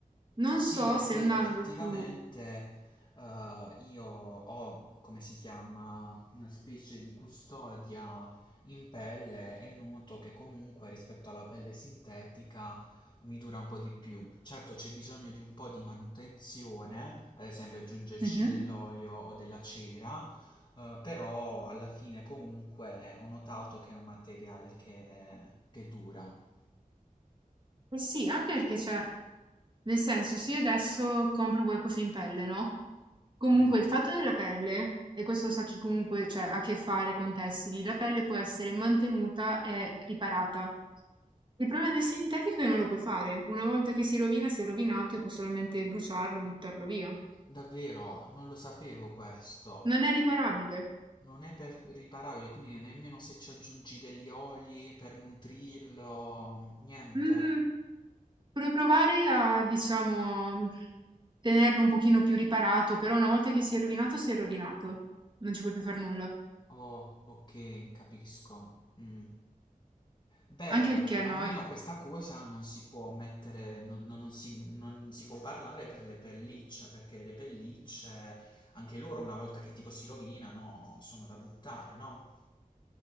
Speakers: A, on the right; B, on the left.
A: Non
B: sì,
A: so
B: è
A: se
B: vero,
A: andando
B: effettivamente
A: su...
B: eh, io ho, come si chiama, una specie di custodia in pelle e noto che comunque rispetto alla pelle sintetica mi dura un po' di più. Certo c'è bisogno di un po' di manutenzione, ad esempio aggiungerci
A: Mhm.
B: dell'olio o della cera, eh, però alla fine comunque ho notato che è un materiale che, che dura.
A: Eh sì, anche perché cioè, nel senso, se io adesso compro qualcosa in pelle, no? Comunque
B: Mhm.
A: il fatto della pelle, e questo sa chi comunque cioè, ha a che fare con tessili, la pelle può essere mantenuta e riparata. Il problema del sintetico è che non lo puoi fare. Una volta che si rovina, si è rovinato e puoi solamente bruciarlo, buttarlo via.
B: Davvero, non lo sapevo questo.
A: Non è riparabile.
B: Non è per riparabile, quindi nemmeno se ci aggiungi degli oli per nutrirlo, niente?
A: Mh, vorrei provare a, diciamo, tenerlo un pochino più riparato, però una volta che si è rovinato, si è rovinato. Non ci puoi più far nulla.
B: Oh, ok, capisco. Mm. Beh,
A: Anche perché
B: almeno
A: no
B: questa cosa non si può mettere, non, non- non si, non si può parlare per le pellicce, perché le pellicce, anche loro una volta che tipo si rovinano, sono da buttare, no?